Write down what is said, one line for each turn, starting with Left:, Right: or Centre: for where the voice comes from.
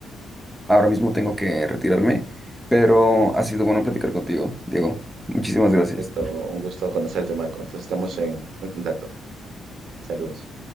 Centre: ahora mismo tengo que retirarme, pero ha sido bueno platicar contigo, Diego. Muchísimas gracias.
Right: Perfecto, un gusto conocerte, Marco. Entonces estamos en en contacto. Saludos.